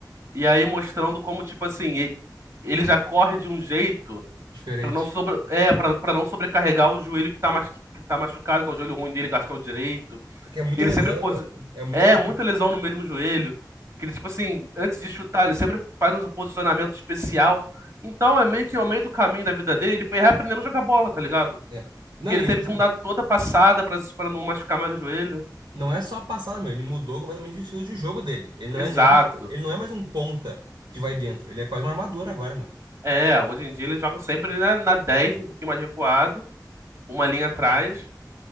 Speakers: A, on the right; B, on the right.
A: E aí mostrando como, tipo assim, e- ele já corre de um jeito
B: Diferente.
A: pra não sobre, é, para não sobrecarregar o joelho que tá, machu- que tá machucado, que é o joelho ruim dele, que eu acho que é o direito.
B: É que é muita
A: Ele
B: lesão,
A: sempre posi...
B: né, meu? É muita
A: É,
B: lesão.
A: muita lesão no mesmo joelho. Que ele, tipo assim, antes de chutar, ele sempre faz um posicionamento especial. Então é meio que ao meio do caminho da vida dele, ele foi reaprendendo a jogar bola, tá ligado?
B: É. Não,
A: Porque ele
B: e
A: teve
B: tipo assim,
A: que mudar toda a passada pra, pra não machucar mais o joelho.
B: não é só a passada, meu. Ele mudou completamente o estilo de jogo dele. Ele não
A: Exato.
B: é nem aquele- ele não é mais um ponta que vai dentro. Ele é quase uma armadura agora, meu.
A: É, hoje em dia ele joga sempre ali na, na 10, um pouquinho mais recuado, uma linha atrás,